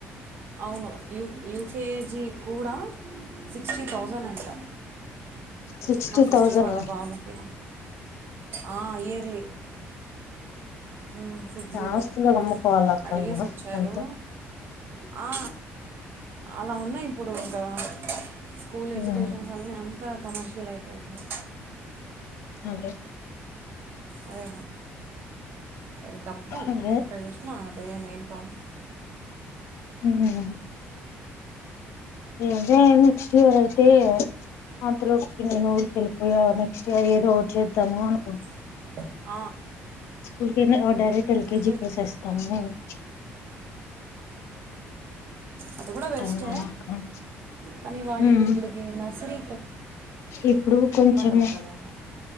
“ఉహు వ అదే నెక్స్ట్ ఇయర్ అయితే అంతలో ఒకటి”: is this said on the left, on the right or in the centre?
Left